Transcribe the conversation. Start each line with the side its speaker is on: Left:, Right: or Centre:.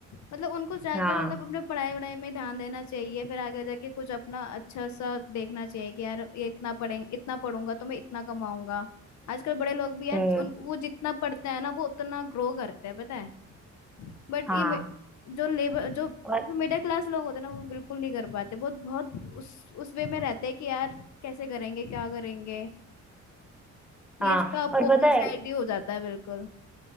Left: मतलब उनको ज्यादातर
Centre: हाँ
Left: मतलब अपने पढ़ाई वढ़ाई में ध्यान देना चाहिए फिर आगे जाके कुछ अपना अच्छा सा देखना चाहिए कि यार ये इतना पढ़ें इतना पढ़ूंगा तो मैं इतना कमाऊंगा आजकल बड़े लोग भी यार
Centre: हम्म
Left: उन वो जितना पढ़ते हैं ना वो उतना ग्रो करते हैं पता है बट
Centre: हाँ
Left: ये मे- जो लेबर जो
Centre: और
Left: जो मिडिल क्लास लोग होते हैं ना वो बिल्कुल नहीं कर पाते बहुत बहुत उस उस वे में रहते हैं कि यार कैसे करेंगे क्या करेंगे ये
Centre: हाँ
Left: इसका अपोजिट
Centre: और पता है
Left: साइड ही हो जाता है बिल्कुल